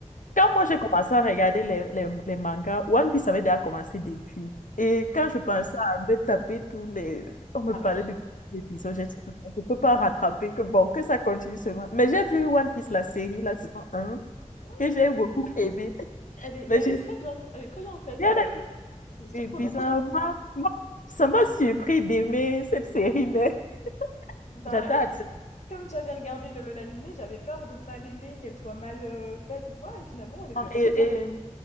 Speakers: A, on the left; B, on the left.
A: quand moi j'ai commencé à regarder les, les, les mangas, One Piece avait déjà commencé depuis. Et quand
B: <laughs> oui.
A: je pensais à me taper tous les... On me
B: Ah
A: parlait
B: bah, je-
A: de l'épisode, j'ai dit, je ne peux pas rattraper, que bon, que ça continue seulement. Mais j'ai vu One Piece, la série, la saison un
B: ouais.
A: que j'ai beaucoup aimé.
B: elle est,
A: Mais
B: elle
A: j'ai
B: est très bien. Elle est très bien en fait.
A: bien
B: euh, c'est surprenant.
A: aimé. Bizarrement,
B: <laughs>
A: moi, ça m'a surpris d'aimer cette série, mais <laughs>
B: Bah,
A: j'attends
B: et
A: à dire-
B: comme j'avais regardé le- l'animé, j'avais peur de pas l'aimer, qu'elle soit mal euh, faite ou quoi. Et finalement, elle était très
A: Et,
B: bien.
A: et